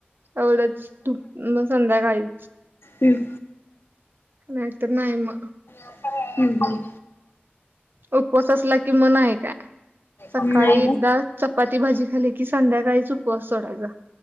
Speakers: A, on the right (about 55°); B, on the left (about 70°).
A: एवढंच तूप मग संध्याकाळील.
B: हम्.
A: नाही तर नाही म.
B: <unintelligible> हम्म हम.
A: उपवास असला कि म नाही काय, सकाळी
B: हम्म नाही ग.
A: एकदा चपाती भाजी खाली की संध्याकाळीच, उपवास सोडायचा,